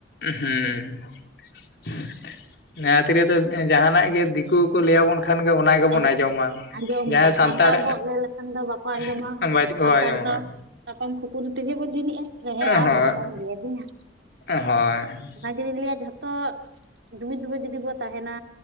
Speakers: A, on the left (about 55°); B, on the right (about 65°).
A: ᱦᱩᱸ᱾ ᱮᱸ ᱛᱤ ᱨᱮᱫᱚ ᱡᱟᱸᱦᱟᱱᱟᱜ ᱜᱮ ᱫᱤᱠᱩ ᱠᱚ ᱞᱟᱹᱭᱟᱵᱚᱱ ᱠᱷᱟᱱ ᱜᱮ ᱚᱱᱟ ᱜᱮᱵᱚᱱ
B: ᱟᱨ
A: ᱟᱸᱡᱚᱢᱟ
B: ᱟᱸᱡᱚᱢ
A: ᱡᱟᱦᱟᱸᱭ ᱥᱟᱱᱛᱟᱲ
B: ᱵᱚᱱ ᱞᱟᱹᱭ ᱞᱮᱠᱷᱟᱱ ᱫᱚ ᱵᱟᱠᱚ
A: <unintelligible>
B: ᱟᱸᱡᱚᱢᱟ ᱥᱟᱱᱛᱟᱲ
A: <unintelligible>
B: ᱫᱚ ᱛᱟᱯᱟᱢ ᱠᱷᱩᱯᱩᱨᱤ ᱛᱮᱜᱮ ᱵᱚᱱ ᱫᱤᱱᱤᱜ-ᱟ ᱦᱮᱸ
A: ᱦᱳᱭ
B: ᱟᱢ ᱚᱱᱟᱴᱟᱜ ᱮᱢ ᱞᱟᱹᱭ ᱟᱫᱤᱧᱟ
A: ᱦᱳᱭ
B: ᱫᱚᱧ ᱞᱟᱹᱭ ᱟ ᱡᱷᱚᱛᱚ ᱫᱩᱢᱤᱫ ᱫᱩᱢᱤᱡ ᱡᱩᱫᱤ ᱵᱚ ᱛᱟᱦᱮᱱᱟ